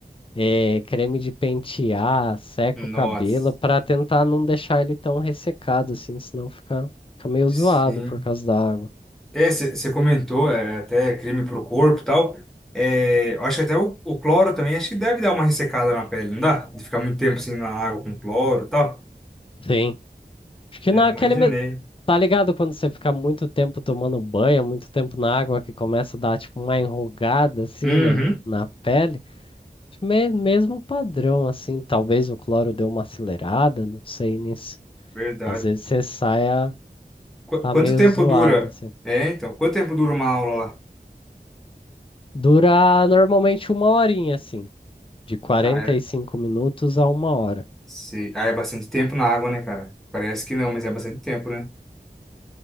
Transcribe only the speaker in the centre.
Nossa,
sim.
É, você comentou, é, até creme pro corpo e tal. É, eu acho que até o, o cloro também, acho que deve dar uma ressecada na pele, não dá? De ficar muito tempo assim na água com cloro e tal.
É,
imaginei.
Uhum,
verdade.
Qu-
quanto
tempo
dura?
É, então, quanto tempo dura uma aula
lá?
Sei. Ah, é bastante tempo na água, né, cara? Parece que não, mas é bastante tempo, né?